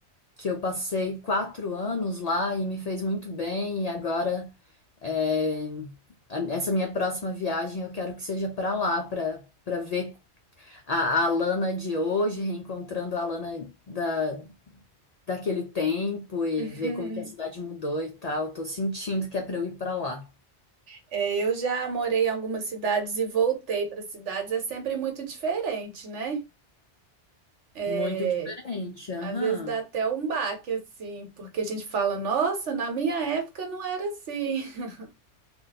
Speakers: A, on the left (about 70°); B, on the right (about 80°).
A: que eu passei quatro anos lá e me fez muito bem e agora É, a- essa minha próxima viagem eu quero que seja para lá, para para ver a, a Alana de hoje, reencontrando a Alana da, daquele tempo e
B: <laughs>
A: ver como que a cidade mudou e tal. Tô sentindo que é para eu ir para lá.
B: É, eu já morei em algumas cidades e voltei para cidades, é sempre muito diferente, né? É,
A: Muito diferente, aham.
B: às vezes dá até um baque, assim, porque a gente fala, nossa, na minha época não era assim. <laughs>